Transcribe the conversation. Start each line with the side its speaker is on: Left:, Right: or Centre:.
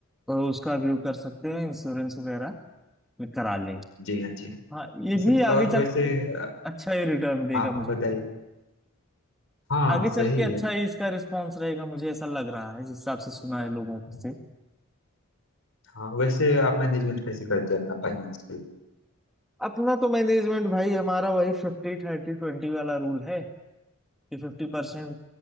Centre: उसका व्यू कर सकते हैं इंश्योरेंस वगैरह में करा लें
Left: जी हाँ जी हाँ
Centre: हाँ ये
Left: ये सब-
Centre: भी आगे
Left: और
Centre: चल
Left: वैसे
Centre: के
Left: आ,
Centre: अच्छा ही रिटर्न देगा
Left: हाँ
Centre: मुझे
Left: बताइए हाँ
Centre: आगे
Left: सही
Centre: चल के अच्छा ही इसका रिस्पॉन्स रहेगा मुझे ऐसा लग रहा है जिस हिसाब से सुना है लोगों
Left: है
Centre: से
Left: हाँ वैसे आप मैनेजमेंट कैसे करते हैं अपना फाइनेंशियल
Centre: अपना तो मैनेजमेंट भाई हमारा वही फिफ्टी थर्टी ट्वेंटी वाला रूल है कि फिफ्टी परसेंट